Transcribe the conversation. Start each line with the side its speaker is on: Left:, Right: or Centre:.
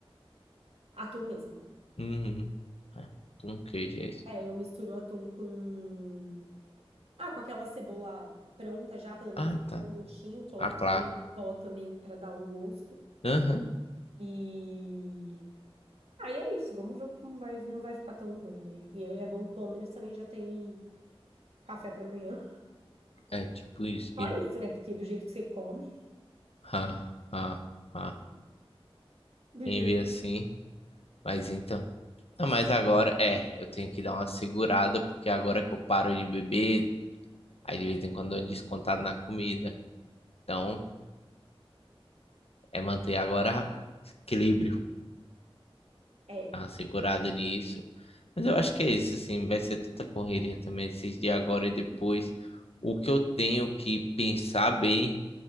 Right: atum mesmo.
Left: Uhum. Ah, com queijo, é isso.
Right: É, eu misturo o atum com. Ah, com aquela cebola pronta já, pelo menos
Left: Ah,
Right: pra
Left: tá.
Right: dar um gostinho. Coloco
Left: Ah, claro.
Right: alho em pó também pra dar um gosto.
Left: Aham.
Right: E. Aí é isso, vamos ver como vai, não vai ficar tão ruim, né? E aí é bom que pelo menos também já tem café pra amanhã.
Left: É tipo
Right: <laughs>
Left: isso que.
Right: Só isso, né? Porque do jeito que você come,
Left: Ha, ha, ha.
Right: do
Left: Quem
Right: jeito
Left: vê assim.
Right: que.
Left: Mas então. Não, mas agora é. Eu tenho que dar uma segurada, porque agora que eu paro de beber, aí de vez em quando eu ando descontado na comida. Então, é manter agora equilíbrio.
Right: É,
Left: Dar uma segurada nisso. Mas eu acho que é isso, assim. Vai ser tanta correria também esses dias agora e depois. O que eu tenho que pensar bem